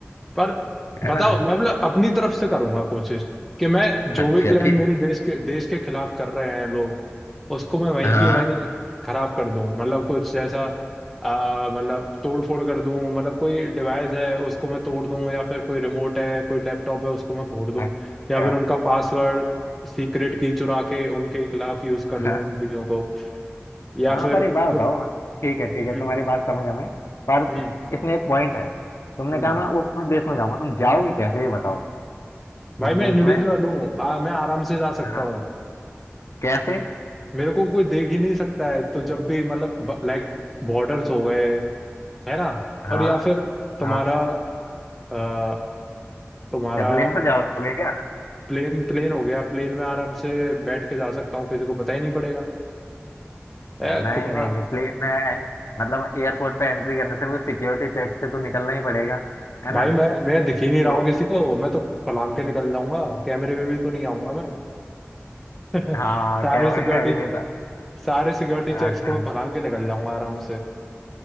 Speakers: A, in the centre; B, on the left (about 80°).
A: पर
B: है
A: बताओ
B: ना
A: मैं मतलब अपनी तरफ से करूंगा कोशिश कि मैं जो
B: अच्छा
A: भी प्लान
B: ठीक
A: मेरे देश के देश के खिलाफ कर रहे हैं लोग उसको मैं वहीं
B: हाँ
A: की वहीं खराब कर दूं मतलब कुछ जैसा आ, मतलब तोड़ फोड़ कर दूं मतलब कोई डिवाइस है उसको मैं तोड़ दूं या फिर कोई रिमोट है कोई लैपटॉप है उसको मैं फोड़ दूं
B: अच्छा
A: या फिर उनका पासवर्ड सीक्रेट की चुरा के उनके खिलाफ यूज कर
B: हाँ
A: लूं उन चीजों को या
B: हाँ
A: फिर
B: पर एक बात
A: कुछ
B: बताओ ठीक है ठीक
A: हम्म
B: है तुम्हारी बात समझ हमें पर
A: हम्म
B: इसमें एक पॉइंट है तुमने
A: हम्म।
B: कहा मैं उ- उस देश में जाऊंगा तुम जाओगे कैसे ये बताओ
A: भाई
B: उस देश
A: मैं इंडिविजुअल
B: में
A: हूँ आ- मैं आराम से जा सकता
B: हाँ
A: हूँ
B: कैसे
A: मेरे को कोई देख ही नहीं सकता है तो जब भी मतलब लाइक बॉर्डर्स हो गए है ना
B: हाँ
A: और या फिर तुम्हारा
B: हाँ
A: अ, तुम्हारा
B: क्या प्लेन से जाओगे क्या
A: प्लेन प्लेन हो गया प्लेन में आराम से बैठ के जा सकता हूँ किसी को पता ही नहीं पड़ेगा है
B: नहीं
A: कितना
B: नहीं नहीं प्लेन में एं- मतलब एयरपोर्ट पे एंट्री करने से वो सिक्योरिटी चेक से तो निकलना ही पड़ेगा है ना
A: भाई मैं मैं दिख ही नहीं रहा
B: तो
A: हूँ किसी को मैं तो पलांग के निकल जाऊंगा कैमरे में भी तो नहीं आऊंगा मैं <laughs>
B: हाँ
A: सारे
B: कैमरे
A: सिक्योरिटी
B: अभिनेता
A: सारे सिक्योरिटी
B: <laughs> अच्छा
A: चेक्स को मैं पलांग के निकल जाऊंगा आराम से